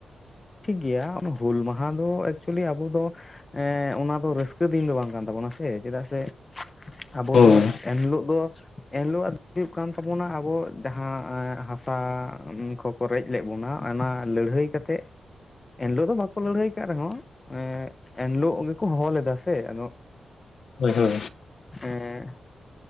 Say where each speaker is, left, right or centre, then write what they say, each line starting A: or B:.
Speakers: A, on the left; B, on the left.
A: ᱴᱷᱤᱠ ᱜᱮᱭᱟ ᱚᱱᱟ ᱦᱩᱞ ᱢᱟᱦᱟ ᱫᱚ ᱮᱠᱪᱩᱭᱮᱞᱤ ᱟᱵᱚ ᱫᱚ᱾ ᱦᱮᱸ ᱚᱱᱟ ᱫᱚ ᱨᱟᱹᱥᱠᱟᱹ ᱫᱤᱱ ᱫᱚ ᱵᱟᱝ ᱠᱟᱱ ᱛᱟᱵᱚᱱᱟ ᱥᱮ ᱪᱮᱫᱟᱜ ᱥᱮ ᱟᱵᱚ
B: ᱦᱳᱭ
A: ᱫᱚ ᱮᱱᱦᱤᱞᱚᱜ ᱫᱚ ᱮᱱᱦᱤᱞᱚᱜᱟᱜ ᱦᱩᱭᱩᱜ ᱠᱟᱱ ᱛᱟᱵᱚᱱᱟ ᱟᱵᱚ ᱡᱟᱦᱟᱸ ᱦᱟᱥᱟ ᱠᱚᱠᱚ ᱨᱮᱡ ᱞᱮᱫ ᱵᱚᱱᱟ ᱚᱱᱟ ᱞᱟᱹᱲᱦᱟᱹᱭ ᱠᱟᱛᱮᱜ ᱮᱱᱦᱤᱞᱚᱜ ᱫᱚ ᱵᱟᱠᱚ ᱞᱟᱹᱲᱦᱟᱹᱭ ᱠᱟᱜ ᱨᱮᱦᱚᱸ᱾ ᱮᱸ ᱮᱱᱦᱤᱞᱚᱜ ᱜᱮᱠᱚ ᱦᱚᱦᱚ ᱞᱮᱫᱟ ᱥᱮ ᱟᱫᱚ
B: ᱦᱚᱭ ᱦᱚᱭ᱾
A: ᱮᱸ